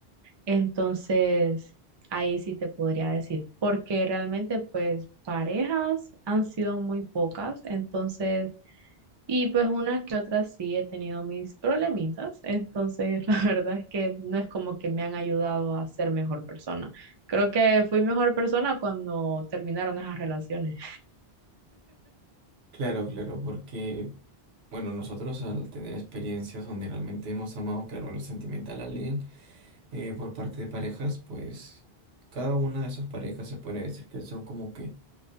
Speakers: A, on the right; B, on the right.
A: Entonces, ahí sí te podría decir, porque realmente pues parejas han sido muy pocas, entonces... Y pues unas que otras sí he tenido mis problemitas, entonces <laughs> la verdad es que no es como que me han ayudado a ser mejor persona. Creo que fui mejor persona cuando terminaron esas relaciones.
B: Claro, claro, porque Bueno, nosotros al tener experiencias donde realmente hemos amado, claro, en lo sentimental a alguien eh, por parte de parejas, pues cada una de esas parejas se puede decir que son como que